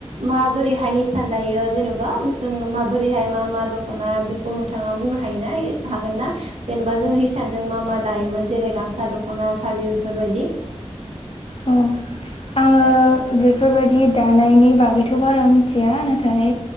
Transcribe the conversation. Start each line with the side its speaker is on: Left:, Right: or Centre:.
Right: माबोरैहाय हिसान दायो जेनेबा जोंनो माब बोरैहाय मा मा दख'ना बेखौ नोंथाङा बुंनो हायो ना हागोन ना? जेनेबा जों हिसानजों मा मा दायोमोन जेरै गामसा दख'ना फालि बेफोरबायदि
Left: अ आङो बेफोरबायदि दानायनि बागैथ' बारा मिन्थिया नाथाय